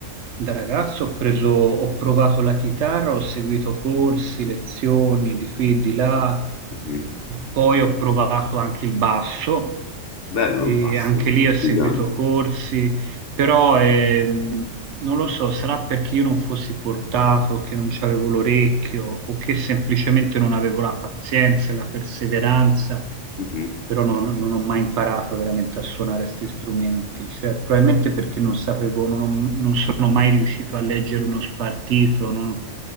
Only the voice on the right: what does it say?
da ragazzo ho preso, ho provato la chitarra, ho seguito corsi, lezioni di qui e di là,
poi ho provato anche il basso
e
anche lì ho seguito
corsi, però ehm, non lo so, sarà perché io non fossi portato, che non c'avevo l'orecchio o che semplicemente non avevo la pazienza e la perseveranza
però non, non ho mai imparato veramente a suonare questi strumenti, cioè probabilmente perché non sapevo, non, non sono mai riuscito a leggere uno spartito, non,